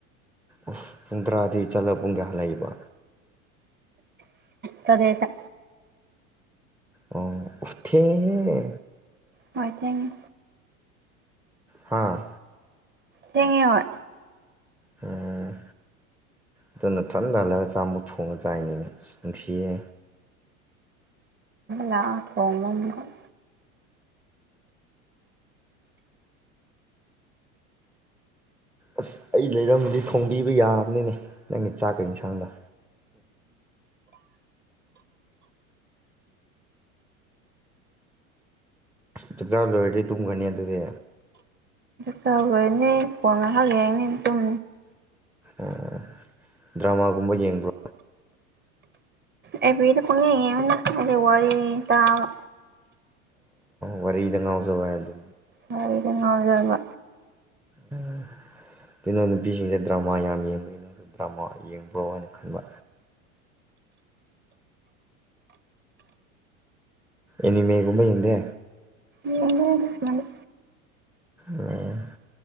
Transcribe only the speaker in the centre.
ꯎ ꯄꯨꯡ ꯇꯔꯥꯗꯤ ꯆꯠꯂ ꯄꯨꯡ ꯀꯌꯥ ꯍꯜꯂꯛꯏꯕ
ꯑꯣ ꯊꯦꯡꯉꯦꯍꯦ
ꯍꯥꯥ
ꯑꯣ ꯑꯗꯨꯅ ꯊꯟꯊ ꯍꯜꯂꯒ ꯆꯥꯝꯃꯨꯛ ꯊꯣꯡꯉꯒ ꯆꯥꯏꯅꯤꯅꯦ ꯅꯨꯡꯁꯤꯌꯦ
ꯑꯁ ꯑꯩ ꯂꯩꯔꯝꯃꯗꯤ ꯊꯣꯡꯕꯤꯕ ꯌꯥꯕꯅꯤꯅꯦ ꯅꯪꯒꯤ ꯆꯥꯛꯀ ꯏꯟꯁꯥꯡꯒ ꯆꯥꯛꯖꯥ ꯂꯣꯏꯔꯗꯤ ꯇꯨꯝꯒꯅꯤ ꯑꯗꯨꯗꯤ
ꯑꯣ ꯗ꯭ꯔꯃꯥꯒꯨꯝꯕ ꯌꯦꯡꯕ꯭ꯔꯣ
ꯋꯥꯔꯤꯗ ꯉꯥꯎꯖꯕ ꯍꯥꯏ ꯑꯗꯨ
ꯎꯝ ꯑꯗꯨꯅ ꯅꯨꯄꯤꯁꯤꯡꯁꯦ ꯗ꯭ꯔꯃꯥ ꯌꯥꯝ ꯌꯦꯡꯕꯒꯤ ꯅꯪꯁꯨ ꯗ꯭ꯔꯃꯥ ꯌꯦꯡꯕ꯭ꯔꯣ ꯍꯥꯏꯅ ꯈꯟꯕ ꯏꯅꯤꯃꯦꯒꯨꯝꯕ ꯌꯦꯡꯗꯦ
ꯎꯝ